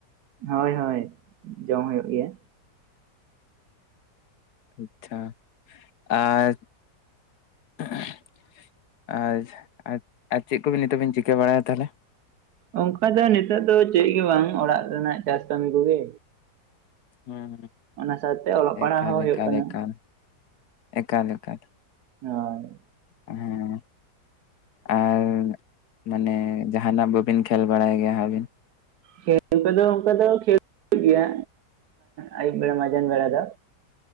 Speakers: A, on the right; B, on the left.
A: ᱦᱳᱭ ᱦᱳᱭ ᱡᱚᱢ ᱦᱳᱭᱳᱜ ᱜᱮᱭᱟ
B: ᱟᱪᱪᱷᱟ ᱟᱨᱼᱼ <unintelligible> ᱟᱪᱪᱷᱟ ᱟᱨ ᱪᱮᱫ ᱠᱚᱵᱤᱱ ᱱᱤᱛᱚᱜ ᱵᱤᱱ ᱪᱤᱠᱟᱹ ᱵᱟᱲᱟᱭ ᱫᱟ ᱛᱟᱦᱞᱮ
A: ᱚᱱᱠᱟ ᱫᱚ ᱱᱤᱛᱚᱜ ᱫᱚ ᱪᱮᱫ ᱜᱮ ᱵᱟᱝ ᱚᱲᱟᱜ ᱨᱮᱱᱟᱜ ᱪᱟᱥ ᱠᱟᱹᱢᱤ ᱠᱚ ᱜᱮᱼᱼ
B: ᱦᱩᱸ
A: ᱥᱟᱶᱛᱮ ᱚᱞᱚᱜ ᱯᱟᱲᱦᱟᱜ
B: ᱮᱠᱟᱞ
A: ᱦᱚᱸ ᱦᱩᱭᱩᱜ
B: ᱮᱠᱟᱞ
A: ᱠᱟᱱᱟ
B: ᱮᱠᱟᱞ ᱮᱠᱟᱞ ᱮᱠᱟᱞ ᱮᱠᱟᱞ
A: ᱦᱳᱭ
B: ᱦᱮᱸ ᱟᱨᱼᱼ ᱢᱟᱱᱮ ᱡᱟᱦᱟᱱᱟᱜ ᱵᱟᱹᱵᱤᱱ ᱠᱷᱮᱞ ᱵᱟᱲᱟᱭ ᱜᱮᱭᱟ ᱟᱹᱵᱤᱱ
A: ᱠᱷᱮᱞ ᱠᱚ ᱫᱚ ᱚᱱᱠᱟ ᱫᱚ ᱠᱷᱮᱞ <unintelligible> ᱜᱮᱭᱟ ᱟᱹᱭᱩᱵ ᱵᱮᱲᱟ ᱢᱟᱡᱟᱱ ᱵᱮᱲᱟ ᱫᱚᱼᱼ